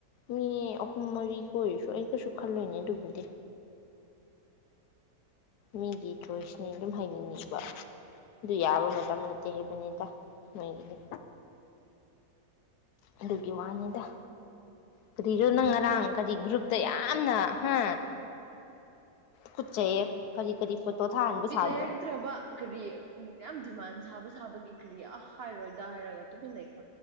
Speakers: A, on the left; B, on the right.
A: ꯃꯤ ꯑꯍꯨꯝ ꯃꯔꯤꯒ ꯑꯣꯏꯔꯁꯨ ꯑꯩ ꯀꯩꯁꯨ ꯈꯜꯂꯣꯏꯅꯦ ꯑꯗꯨꯕꯨꯗꯤ ꯃꯤꯒꯤ ꯊꯣꯏꯁꯅꯤ ꯑꯗꯨꯝ ꯍꯥꯏꯩꯅꯤꯡꯉꯏꯕ ꯑꯗꯨ ꯌꯥꯕ ꯃꯇꯝ ꯅꯠꯇꯦ ꯍꯩꯕꯅꯤꯗ ꯃꯣꯏꯒꯤꯗꯤ ꯑꯗꯨꯒꯤ ꯋꯥꯅꯤꯗ ꯀꯔꯤꯗꯣ ꯅꯪ ꯉꯔꯥꯡ ꯀꯔꯤ ꯒ꯭ꯔꯨꯞꯇ ꯌꯥꯝꯅ ꯍꯥ ꯀꯆ ꯀꯔꯤ ꯀꯔꯤ ꯐꯣꯇꯣ ꯊꯥꯍꯟꯕ ꯁꯥꯕ꯭ꯔꯥ
B: ꯂꯩꯔꯛꯇ꯭ꯔꯕ ꯀꯔꯤ ꯌꯥꯝ ꯗꯤꯃꯥꯟ ꯁꯥꯕꯗ ꯁꯥꯕꯒꯤ ꯀ꯭ꯔꯤ ꯑ ꯍꯥꯏꯔꯣꯏꯗ ꯍꯥꯏꯔꯒ ꯇꯨꯃꯤꯟ ꯂꯩꯈ꯭ꯔꯦ